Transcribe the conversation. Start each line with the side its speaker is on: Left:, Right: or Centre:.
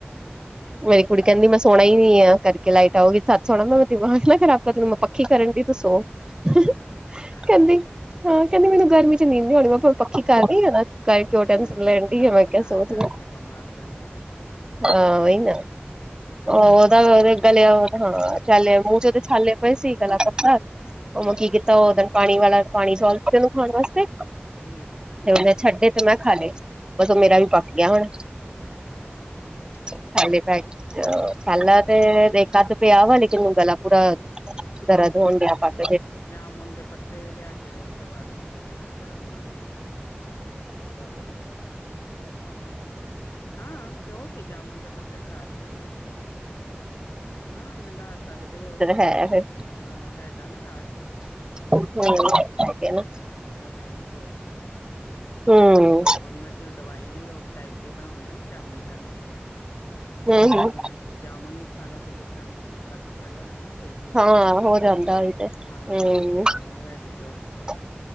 Left: ਤਾਂ ਗਰਮੀ
Right: ਮੇਰੀ ਕੁੜੀ
Left: ਹੈ
Right: ਕਹਿੰਦੀ
Left: ਤਾਂ
Right: ਮੈਂ
Left: ਕਰਤੀ
Right: ਸੋਣਾ ਈ ਨੀ ਆ ਕਰਕੇ ਲਾਈਟ ਆਉਗੀ ਤਦ ਸੋਣਾ ਮੈਂ ਕਿਹਾ ਤੂੰ ਮਾਜ ਲਾ। ਖਰਾਬ ਮਤਲਬ ਮੈਂ ਪੱਖੀ ਕਰਨ ਦੀ ਤੂੰ ਸੋ ਕਹਿੰਦੀ
Left: ਹਾਂ
Right: ਹਾਂ ਕਹਿੰਦੀ ਮੈਨੂੰ ਗਰਮੀ <unintelligible> ਮੈਂ ਪੱਖੀ ਕਰ ਰੀ ਆ ਨਾ। ਕੱਲ ਕਿਉਂ
Left: ਹਮ
Right: ਟੈਨਸ਼ਨ ਲੈਦੀ
Left: ਆਹੋ
Right: ਮੈਂ ਕਿਆ
Left: ਨਾ
Right: ਸੋ
Left: ਜਾ
Right: ਤੂੰ।
Left: ਕੇ ਬਿਮਾਰ ਥੋੜ੍ਹੀ ਹੋਣਾ
Right: ਆਹ ਓਹੀ ਨਾ
Left: ਆਹ
Right: ਉਹ
Left: ਤੇ ਹੈ
Right: ਉਹਦਾ ਉਹਦੇ ਗਲੇ ਓ ਹਾਂ, ਚੱਲ ਮੁੂੰਹ ਚ ਉਹਦੇ ਛਾਲੇ ਪਏ ਸੀ ਗਲਾ ਕੀਤਾ
Left: ਹੂੰ,
Right: ਉਹ
Left: ਹੂੰ,
Right: ਮੈਂ ਕੀ ਕੀਤਾ ਓਦਣ ਪਾਣੀ ਪਾਣੀ ਵਾਲਾ ਪਾਣੀ ਸੋ ਉਹਨੂੰ ਖਾਣ ਵਾਸਤੇ
Left: ਹੂੰ,
Right: ਤੇ ਉਹ ਮੈਂ ਛੱਡੇ ਤੇ ਮੈਂ ਖਾ ਲਏ ਬਸ ਓ ਮੇਰਾ ਵੀ ਪੱਕ ਗਿਆ ਹੁਣ।
Left: <inaudible>
Right: ਪਹਿਲਾ ਪਹਿਲਾ
Left: ਲੈ
Right: ਤੇ ਇੱਕ ਅੱਧ ਪਿਆ ਵਾ ਲੇਕਿਨ ਗਲਾ ਪੂਰਾ <unintelligible>
Left: ਜਾਮੁਨ ਦੇ ਪੱਤੇ ਲਿਆ ਕੇ ਉਹ ਚਬਾਣੇ ਹੀ ਉਹਦੇ ਨਾਲ ਥੋੜ੍ਹਾ ਰੁਮਾਨ ਮਿਲਦਾ। ਜਲਦੀ ਠੀਕ ਹੋ ਜਾਂਦਾ ਦੋ ਤਿੰਨ ਹਾਂ ਤੇ ਉਹ ਕੀ ਜਾਮਣ ਦਾ। ਪੱਤੇ ਖਰਾਬ ਥੋੜ੍ਹੀ ਆ ਹਾਂ, ਲੰਘਾ ਸਕਦੇ ਉਸ ਥੋੜਾ
Right: ਹੈ ਫਿਰ
Left: ਹਾਂ ਹੈਗਾ ਨਾ ਰਾਜ <inaudible>
Right: ਹੂੰ, ਓਹੀ ਆ ਨਾ
Left: ਚਲੋ ਐ ਹੀ ਥੋੜ੍ਹੇ ਜੇ।
Right: ਹੂੰ
Left: ਹੁਣ ਮੈਂ ਕਿਹਾ ਦਵਾਈ ਵੀ ਉਸ ਟਾਈਪ ਦੀ ਬਣਾਉਂਦੇ ਨੀ ਜਾਮਣੀ ਜਾਮਣੀ ਦਵਾਈ
Right: ਹੂੰ
Left: ਸ ਜਾਮੁਨ ਵੀ ਖਾ ਲੋ ਤੇ ਕਿੱਦਾਂ ਮੂੰਹ ਸੁੱਕਾ ਸੁੱਕਾ ਜਾ ਹੋ ਜਾਂਦਾ। <unintelligible>
Right: ਹਾਂ
Left: ਹਟ
Right: ਹੋ
Left: ਜਾਂਦੀ
Right: ਜਾਂਦਾ ਉਹੀ
Left: ਆ
Right: ਤੇ
Left: ਹਾਂ
Right: ਹੂੰ
Left: ਉਹ ਜਾਂ ਉਹ ਐ ਜਾ,
Right: <unintelligible>